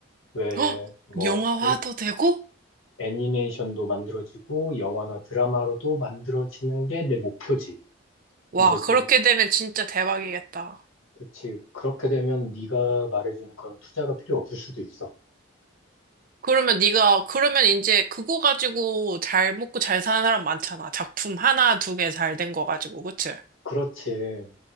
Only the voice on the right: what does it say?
<gasps> 어?
영화화도
되고?
와,
그렇게 되면 진짜 대박이겠다.
그러면 네가 그러면 이제 그거 가지고 잘 먹고 잘 사는 사람 많잖아. 작품 하나, 두 개 잘 된 거 가지고, 그치?